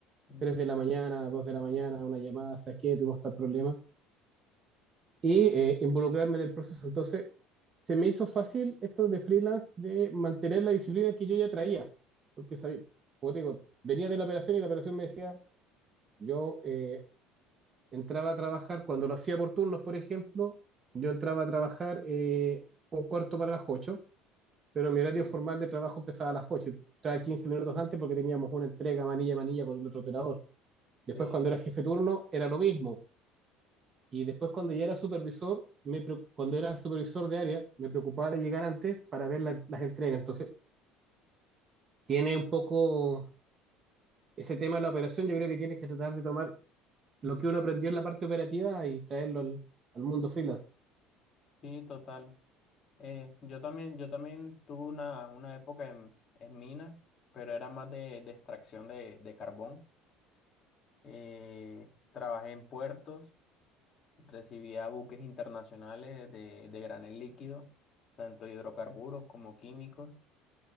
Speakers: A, on the left (about 35°); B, on the right (about 30°).
A: mm,
B: 3 de la mañana, 2 de la mañana, una llamada, ¿sabes qué? Tuvimos tal problema, y eh, involucrarme en el proceso. Entonces, se me hizo fácil esto de freelance, de mantener la disciplina que yo ya traía, porque sabía, como te digo, venía de la operación y la operación me decía, yo eh, entraba a trabajar, cuando lo hacía por turnos, por ejemplo, yo entraba a trabajar eh, un cuarto para las ocho pero mi horario
A: Sí,
B: formal de trabajo empezaba a las 8, entraba 15 minutos antes porque teníamos una entrega manilla a manilla con el otro operador. Después
A: sí,
B: cuando era jefe de turno era lo mismo. Y después cuando ya era supervisor, me pre- cuando era supervisor de área, me preocupaba de llegar antes para ver la- las entregas. Entonces, tiene un poco ese tema de la operación, yo creo que tienes que tratar de tomar lo que uno aprendió en la parte operativa y traerlo al, al mundo freelance.
A: sí, total. Eh, yo también, yo también tuve una, una época en, en mina, pero era más de, de extracción de, de carbón. Eh, trabajé en puertos, recibía buques internacionales de, de granel líquido, tanto hidrocarburos como químicos.